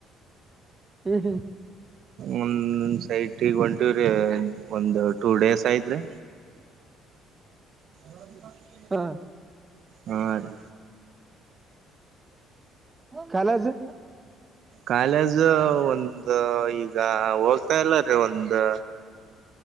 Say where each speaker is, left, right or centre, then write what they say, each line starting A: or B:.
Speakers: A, on the right; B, on the right.
A: ಹ್ಮ್ ಹ್ಮ್. <unintelligible>
B: ಒಂದ್ ಒಂದ್ ಸೈಟಿಗೆ ಹೊರಟೀವ್ ರೀ ಒಂದ್ ಟೂ ಡೇಸ್ ಆಯತ್ ರೀ. ಹ. <unintelligible>
A: ಹಾ. <unintelligible>
B: ಹಾ ರೀ.
A: ಕಾಲೇಜು.
B: ಕಾಲೇಜ್ ಒಂದು ಈಗ ಹೋಗ್ತಾ ಇಲ್ಲಾ ರೀ ಒಂದು.